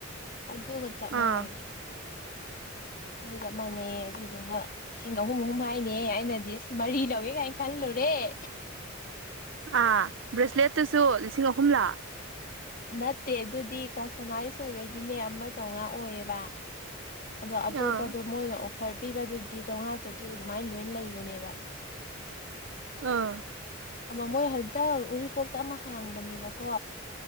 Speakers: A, on the left; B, on the right.
A: ꯑꯗꯨꯒ ꯆꯞ
B: ꯑꯥ
A: ꯃꯥꯟꯅꯩꯅ ꯂ ꯆꯞ ꯃꯥꯟꯅꯩ ꯑꯗꯨꯗꯨꯒ ꯂꯤꯁꯤꯡ ꯑꯍꯨꯝ ꯑꯍꯨꯝ ꯍꯥꯏꯅꯦ ꯑꯩꯅꯗꯤ ꯃꯔꯤ ꯂꯧꯋꯦ ꯀꯥꯏꯅ ꯈꯜꯂꯨꯔꯦ ꯑꯦ
B: ꯑꯥ ꯕ꯭ꯔꯦꯁꯂꯦꯠꯇꯁꯨ ꯂꯤꯁꯤꯡ ꯑꯍꯨꯝꯂꯥ
A: ꯅꯠꯇꯦ ꯑꯗꯨꯗꯤ ꯀꯁꯇꯃꯥꯏꯁ ꯑꯣꯏꯕꯒꯤꯅꯦ ꯑꯃ ꯆꯥꯃꯉꯥ ꯑꯣꯏꯌꯦꯕ ꯑꯗꯣ ꯑꯇꯣꯞꯄꯗꯣ
B: ꯑꯥ
A: ꯃꯣꯏꯅ ꯐꯔ ꯄꯤꯕ ꯑꯗꯨꯗꯤ ꯆꯥꯝꯃꯉꯥ ꯆꯥꯇ꯭ꯔꯨꯛ ꯑꯗꯨꯃꯥꯏ ꯂꯣꯏꯅ ꯂꯩꯕꯅꯦꯕ
B: ꯑꯥ
A: ꯑꯃ ꯃꯣꯏ ꯍꯟꯗꯛꯇꯛ ꯎꯔꯤꯄꯣꯛꯇ ꯑꯃ ꯍꯥꯡꯕꯅꯦꯕꯀꯣ